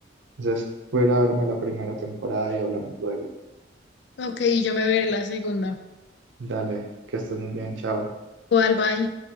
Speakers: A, on the right; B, on the left.
A: entonces voy a ir a verme la primera temporada y hablamos luego.
B: Ok, yo me veré la segunda.
A: Dale, que estés muy bien, chao.
B: ¿Cuál, bye?